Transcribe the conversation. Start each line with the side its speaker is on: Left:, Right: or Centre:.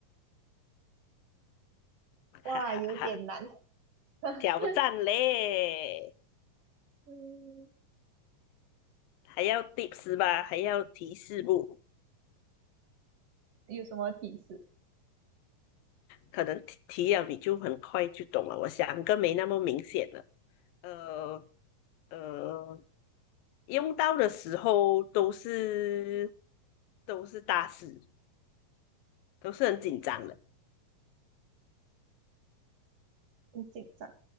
Right: 哇，
Left: 哈哈哈，
Right: 有点难，<laughs>
Left: 挑战嘞，
Right: 嗯，
Left: 还要 tips 吧，还要提示不？
Right: 有什么提示？
Left: 可能提提了你就很快就懂了，我想个没那么明显了，呃呃，用到的时候都是都是大事，都是很紧张的，
Right: 很紧张，